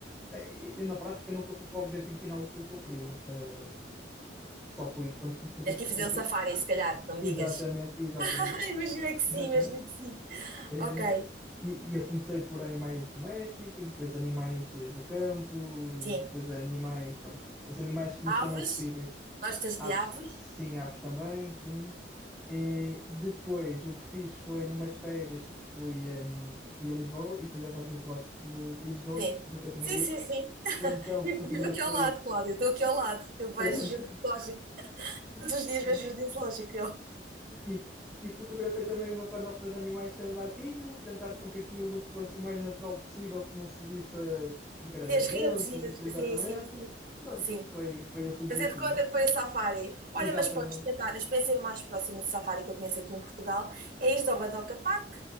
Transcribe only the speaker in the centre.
eh, eu, na prática, nunca fui para o objetivo final que, eu- que eu queria. Eh, só fui quando fui, por exemplo,
e fui.
Exatamente,
exatamente,
exatamente.
Eh,
E, e eu comecei por animais domésticos, depois animais eh, do campo,
depois animais, pronto, os animais que nos
são acessíveis.
Aves,
sim, aves também, sim. E depois o que fiz foi numas férias que fui, hum, fui a Lisboa e fui ao Jardim Zoológico de, de Lisboa,
que nunca tinha
ido,
e então
fotografei,
pronto,
<laughs>
E, e fotografei também uma panóplia de animais que eles lá tinham, tentar com que aquilo fosse o mais natural possível, que não se visse as- os gravamentos
e
por aí exatamente.
Pronto,
foi, foi esse o desafio.
Exatamente.